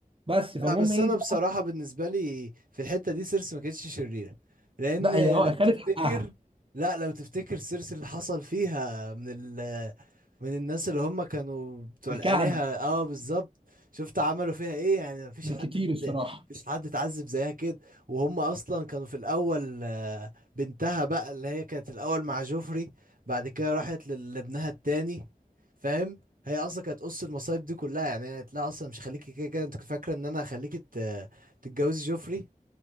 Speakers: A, on the right; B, on the right.
A: بس
B: لا
A: فالمهم
B: بس
A: ايه
B: انا بصراحه بالنسبه لي في الحته دي سيرس ما كانتش شريره لان
A: لا هي اه
B: لو
A: خدت
B: تفتكر
A: حقها
B: لا لو تفتكر سيرس اللي حصل فيها من ال من الناس اللي هم كانوا بتوع
A: الكهنه
B: الآلهة اه بالظبط شفت عملوا فيها ايه يعني مفيش
A: كان
B: حد
A: كتير الصراحه
B: ات- مفيش حد اتعذب زيها كده وهم اصلا كانوا في الاول آه، بنتها بقى اللي هي كانت الاول مع جوفري بعد كده راحت لل- لابنها التاني فاهم هي اصلا كانت قص المصايب دي كلها يعني هي لا اصلا مش هخليكي كده كده انت كنت فاكره ان انا هخليكي ت- تتجوزي جوفري